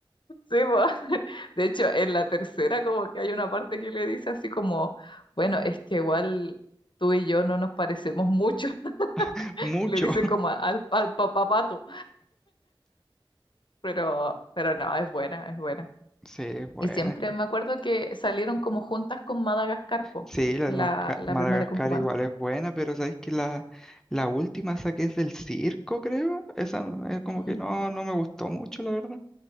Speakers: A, on the left (about 60°); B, in the centre.
A: sí, po. <laughs> De hecho, en la tercera como que hay una parte que le dice así como, bueno, es que igual tú y yo no nos parecemos mucho,
B: <laughs>
A: <laughs>
B: mucho.
A: le dice como al, al papá pato. pero, pero no, es buena, es buena.
B: Sí, bueno.
A: Y siempre me acuerdo que salieron como juntas con Madagascar, po,
B: Sí, la
A: la,
B: de Masca-
A: la
B: Madagascar
A: primera Kung Fu Panda.
B: igual es buena, pero sabéis que la, la última esa que es del circo, creo, esa no- eh, como
A: Mm.
B: que no, no me gustó mucho, la verdad.